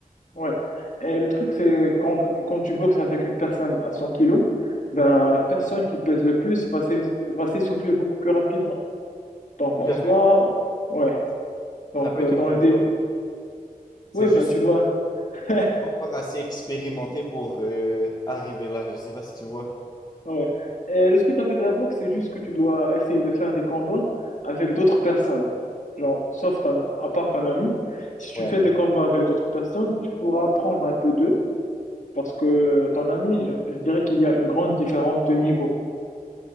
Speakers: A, on the left; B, on the left.
A: Ouais. Et le truc, c'est quand, quand tu boxes avec une personne à 100 kilos, ben, la personne qui pèse le plus va s'ess- va s'essouffler beaucoup plus rapidement. Donc,
B: Tout
A: en
B: à
A: soi,
B: fait.
A: ouais. Donc,
B: Ça peut
A: euh,
B: être
A: dans
B: une bonne
A: le début,
B: chose. C'est
A: ouais,
B: juste.
A: ben, tu dois. <laughs>
B: pas encore assez expérimenté pour euh, arriver là. Je sais pas si tu vois.
A: Ouais. Et le truc avec la boxe, c'est juste que tu dois essayer de faire des combats avec d'autres personnes. Genre, sauf ton, à part ton ami, si tu
B: Ouais.
A: fais des combats avec d'autres personnes, tu pourras apprendre un peu d'eux parce que ton ami, je, je dirais qu'il y a une grande différence de niveau.